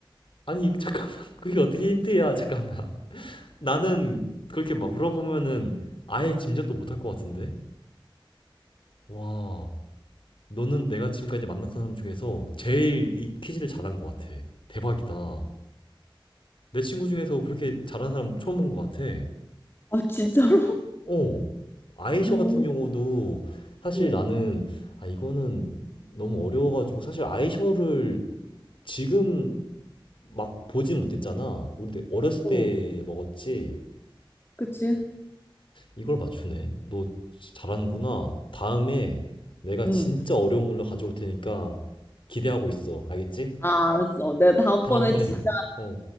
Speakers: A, on the left; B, on the left.
A: 아니, 잠깐만. <laughs> 그게 어떻게 힌트야? 잠깐만. <laughs> 나는 그렇게 막 물어보면은 아예 짐작도 못 할 것 같은데? 와, 너는 내가 지금까지 만났던 사람 중에서 제일 이 퀴즈를 잘한 것 같아. 대박이다. 내 친구 중에서 그렇게 잘한 사람 처음 본 것 같아.
B: 아, 진짜로? <laughs>
A: 어, 아이셔
B: 응,
A: 같은 경우도 사실
B: 응,
A: 나는, 아, 이거는 너무 어려워가지고 사실 아이셔를 지금 막 보진 못했잖아. 우리 어렸을
B: 응.
A: 때 먹었지.
B: 그치?
A: 이걸 맞추네. 너 잘하는구나. 다음에 내가
B: 응.
A: 진짜 어려운 걸로 가져올 테니까 기대하고 있어. 알겠지?
B: 아, 알았어. 내가 다음번에
A: 다음에,
B: 진짜
A: 어,